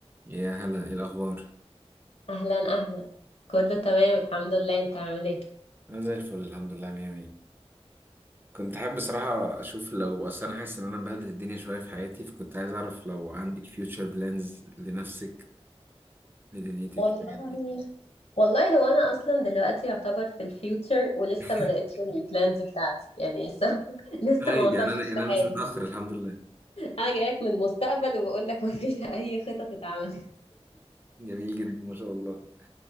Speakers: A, on the right (about 20°); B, on the left (about 70°).
A: يا هلا ايه الاخبار
B: اهلا اهلا كله تمام الحمد لله انت عامل ايه
A: انا زي الفل الحمد لله مية مية كنت حابب بصراحة اشوف لو اصل انا حاسس ان انا مبهدل الدنيا شوية في حياتي فكنت عايز اعرف لو عندك فيوتشر بلانز لنفسك لدنيتك
B: والله
A: الحاجات دي
B: والله هو انا اصلا دلوقتي يعتبر في الفيوتشر ولسه
A: <laughs>
B: ما لقيتش البلانز بتاعتي يعني لسه <laughs> لسه
A: طيب
B: ما وصلتش
A: يعني انا يعني
B: لحاجه
A: انا مش متأخر الحمد لله
B: انا جايلك من المستقبل وبقول لك ما فيش اي خطط اتعملت
A: جميل جدا ما شاء الله